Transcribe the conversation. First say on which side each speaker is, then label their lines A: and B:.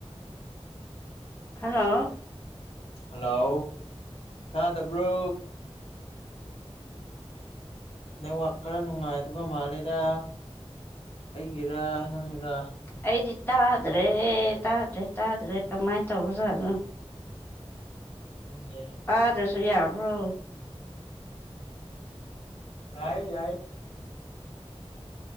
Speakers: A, on the left; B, on the left.
A: ꯍꯜꯂꯣ
B: ꯍꯂꯣ ꯇꯕ꯭ꯔꯣ ꯅꯦꯠꯋꯥꯛ ꯈꯔ ꯅꯨꯡꯉꯥꯏꯗꯕ ꯃꯥꯂꯦꯔ ꯑꯩꯒꯤꯔ ꯅꯪꯒꯤꯔ
A: ꯑꯩꯗꯤ ꯇꯥꯗ꯭ꯔꯦ ꯇꯥꯗ꯭ꯔꯦ ꯇꯥꯗ꯭ꯔꯦ ꯀꯃꯥꯏꯅ ꯇꯧꯕꯖꯥꯠꯅꯣ
B: ꯈꯪꯗꯦ
A: ꯇꯥꯗ꯭ꯔꯁꯨ ꯌꯥꯕ꯭ꯔꯣ
B: ꯌꯥꯏ ꯌꯥꯏ